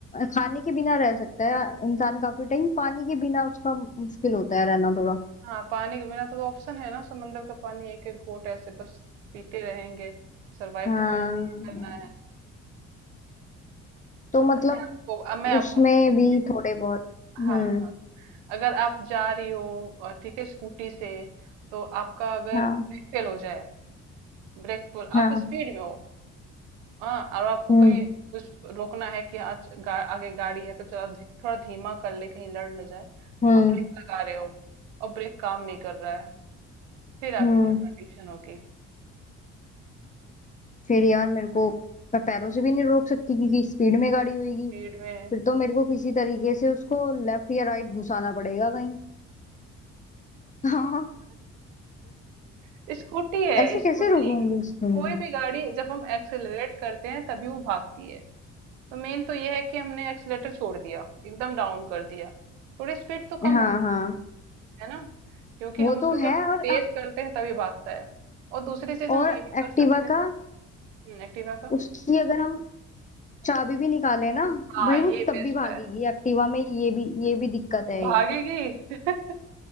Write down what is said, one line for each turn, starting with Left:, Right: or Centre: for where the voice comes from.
Left: खाने के बिना रह सकता है इंसान काफी टाइम पानी के बिना उसका मुश्किल होता है रहना थोड़ा
Right: हाँ पानी के बिना तो तो ऑप्शन है ना समंदर का पानी एक एक घोट ऐसे बस पीते रहेंगे सरवाइव
Left: हाँ
Right: तो करना ही करना है
Left: तो
Right: अच्छा,
Left: मतलब
Right: मैं आपको अब मैं आपको
Left: उसमें
Right: बताती
Left: भी
Right: हूँ
Left: थोड़े बहुत हम्म
Right: हाँ हाँ अगर आप जा रही हो और ठीक है स्कूटी से तो आपका अगर
Left: हाँ
Right: ब्रेक फेल हो जाए ब्रेक फुल
Left: हाँ
Right: आप स्पीड में हो हाँ और आपको
Left: हम्म
Right: कहीं कुछ रोकना है कि आज गा, आगे गाड़ी है तो चलो धी, थोड़ा धीमा कर ले कहीं लड़ न जाए तो
Left: हम्म
Right: आप ब्रेक लगा रहे हो और ब्रेक काम नहीं कर रहा है फिर आपकी
Left: हम्म
Right: क्या कंडीशन होगी
Left: फिर यार मेरे को मैं पैरों से भी नहीं रोक सकती क्योंकि स्पीड में गाड़ी होगी
Right: स्पीड में
Left: फिर तो मेरे को किसी तरीके से उसको लेफ्ट या राइट घुसाना पड़ेगा कहीं <laughs> हाँ
Right: <laughs> स्कूटी है
Left: ऐसे
Right: स्कूटी
Left: कैसे रोकूंगी उसको मैं
Right: कोई भी गाड़ी जब हम एक्सेलरेट करते हैं तभी वो भागती है तो मेन तो ये है कि हमने एक्सेलेटर छोड़ दिया एकदम डाउन कर दिया थोड़ी स्पीड तो
Left: हाँ
Right: कम हो
Left: हाँ
Right: है ना क्योंकि
Left: वो
Right: हम उससे
Left: तो है
Right: जब
Left: और
Right: तेज करते हैं तभी भागता है और दूसरी चीज हम
Left: और
Right: ये भी कर
Left: एक्टिवा
Right: सकते हैं
Left: का
Right: हम्म, एक्टिवा का
Left: उसकी अगर हम चाबी भी निकाले ना
Right: हाँ
Left: भाई
Right: ये
Left: वो तब
Right: बेस्ट
Left: भी भागेगी
Right: है
Left: एक्टिवा में ये भी ये भी दिक्कत है
Right: भागेगी
Left: एक
Right: <laughs>